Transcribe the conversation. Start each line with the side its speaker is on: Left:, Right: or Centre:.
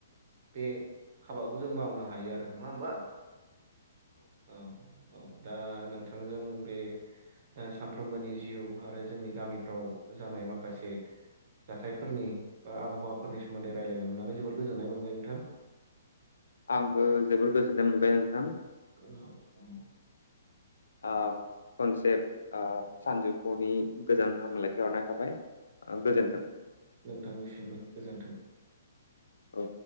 Right: बे हाबाखौ जों मावनो हायो आरो नङा होमबा औ औ दा नोंथां थांजों बे सामफ्रोमबोनि जिउ आरो जोंनि गामिफ्राव जानाय माखासे जाथायफोरनि बा आबहावाफोरनि सोमोन्दै रायजलायनो मोननानै जोबोर गोजोननाय मोनबाय नोंथां।
Left: आंबो जोबोर गोजोननाय मोनबाय नों थां।
Right: औ
Left: आ खनसे आ सानजौफुनि गोजोन हामलायनायखौ बावहरनाय थाबाय। गोजोन्थों
Right: औ नोंथांनिसिमबो गोजोन्थों।
Left: औ